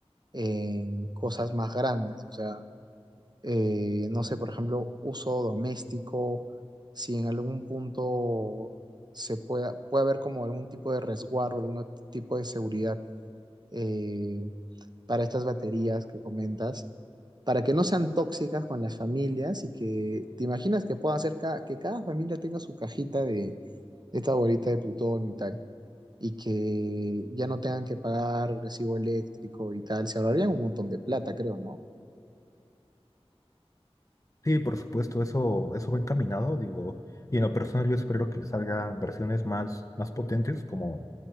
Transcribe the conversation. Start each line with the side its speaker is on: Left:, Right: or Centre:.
Right: en cosas más grandes. O sea, eh, no sé, por ejemplo, uso doméstico, si en algún punto se pueda, puede haber como algún tipo de resguardo, algún tipo de seguridad eh, para estas baterías que comentas, para que no sean tóxicas con las familias y que te imaginas que puedan ser ca- que cada familia tenga su cajita de, de esta bolita de plutonio y tal y que ya no tengan que pagar recibo eléctrico y tal, se ahorrarían un montón de plata, creo, ¿no?
Left: Sí, por supuesto, eso, eso va encaminado, digo, y en lo personal yo espero que salgan versiones más, más potentes como